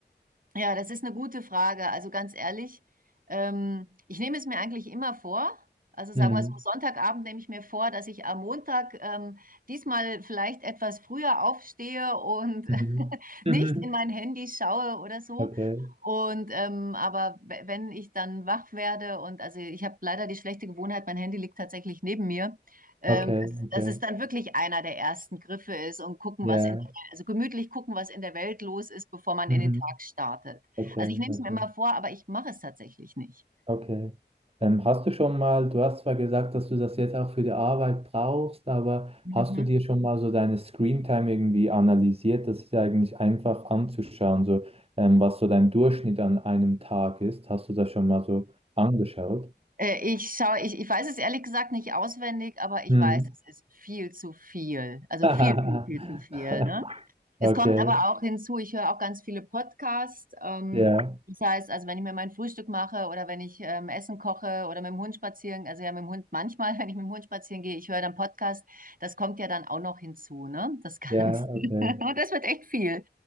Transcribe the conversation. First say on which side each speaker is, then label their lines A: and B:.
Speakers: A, on the right; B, on the right.
A: Ja, das ist eine gute Frage. Also ganz ehrlich, ähm, ich nehme es mir eigentlich immer vor. Also sagen
B: Mhm.
A: wir so, Sonntagabend nehme ich mir vor, dass ich am Montag ähm, diesmal vielleicht etwas früher aufstehe und <laughs>
B: Mhm.
A: nicht
B: Mhm.
A: in mein Handy schaue oder so.
B: Okay,
A: Und ähm, aber w- wenn ich dann wach werde und also ich habe leider die schlechte Gewohnheit, mein Handy liegt tatsächlich neben mir, ähm,
B: okay,
A: dass,
B: okay.
A: dass es dann wirklich einer der ersten Griffe ist und gucken,
B: Ja.
A: was in also gemütlich gucken, was in der Welt los ist, bevor man
B: Mhm.
A: in den Tag startet.
B: Okay,
A: Also ich nehme
B: okay.
A: es mir immer vor, aber ich mache es tatsächlich nicht.
B: Okay. Ähm, hast du schon mal, du hast zwar gesagt, dass du das jetzt auch für die Arbeit brauchst, aber
A: Mhm.
B: hast du dir schon mal so deine Screentime irgendwie analysiert? Das ist ja eigentlich einfach anzuschauen, so ähm, was so dein Durchschnitt an einem Tag ist. Hast du das schon mal so angeschaut?
A: Äh, ich schaue, ich, ich weiß es ehrlich gesagt nicht auswendig, aber ich
B: Hm.
A: weiß, es ist viel zu viel. Also
B: <laughs>
A: viel, viel, viel zu viel, ne? Es
B: Okay,
A: kommt aber auch hinzu, ich höre auch ganz viele Podcasts. Ähm,
B: ja,
A: das heißt, also wenn ich mir mein Frühstück mache oder wenn ich ähm, Essen koche oder mit dem Hund spazieren, also ja mit dem Hund manchmal, <laughs> wenn ich mit dem Hund spazieren gehe, ich höre dann Podcast, das kommt ja dann auch noch hinzu, ne? Das Ganze.
B: ja, okay.
A: <laughs> Und das wird echt viel.